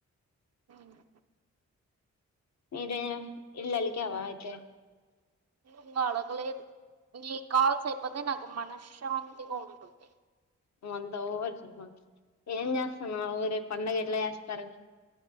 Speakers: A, on the right; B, on the left.
A: ఇల్లు
B: మీదే ఇళ్లలిక్యవా ఇయితే
A: ఇంగా అలకలేదు ఈ కాల్స్ అయిపోతే నాకు మనశ్యాతిగా ఉంటుంది
B: నువ్ అత్త ఓవర్ జేమాక్ ఏం చేస్తున్నావ్ రేప్ పండగ ఎట్లా చేస్తారు